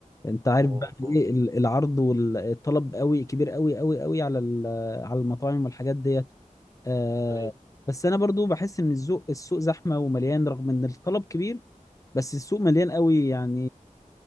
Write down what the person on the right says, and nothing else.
آه
آه
أيوه